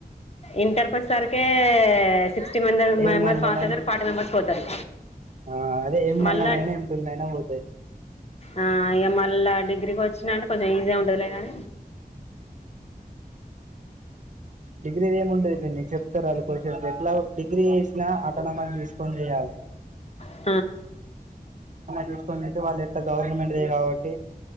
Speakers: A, on the left; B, on the right.
A: ఇంటర్కి వచ్చేసరికే సిక్స్టీ మె
B: ఏం
A: మెంబెర్స్
B: వన్ లోనైనా
A: పాస్ అవుతారు ఫార్టీ మెంబర్స్ పోతారు
B: ఆ అదే ఎమన్నానైనా
A: మళ్ళా
B: ఎం పిల్ అైనా పోతాద్
A: ఆ ఇగ మళ్ళా డిగ్రీకోచ్చినంటే కొంచెం ఈజీగా ఉంటదిలే కాని
B: డిగ్రీది ఎం ఉంటది పిన్ని చెప్తారు అళ్ళు కోషన్స్ ఎట్లాగో డిగ్రీ వేసినా అటానమస్ తీసుకొని చేయాలి
A: అ
B: చూసుకోని అయితే వాళ్ళు ఎట్లా గవర్నమెంట్ కాబట్